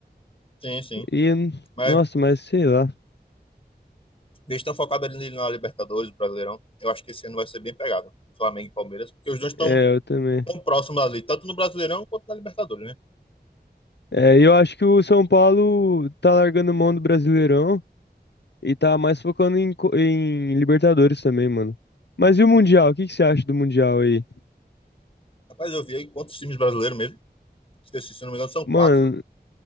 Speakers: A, on the left; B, on the left.
A: Sim, sim.
B: E,
A: Mas
B: nossa, mas sei lá.
A: eles estão focados ali na Libertadores, Brasileirão. Eu acho que esse ano vai ser bem pegado. Flamengo e Palmeiras, porque os dois estão
B: É, eu também.
A: tão próximo ali, tanto no Brasileirão quanto na Libertadores, né?
B: É, e eu acho que o São Paulo tá largando mão do Brasileirão e tá mais focando em, co- em Libertadores também, mano. Mas e o Mundial? O que que você acha do Mundial aí?
A: Rapaz, eu vi aí quantos times brasileiros mesmo. Esqueci, se não me engano, são
B: Mano,
A: quatro.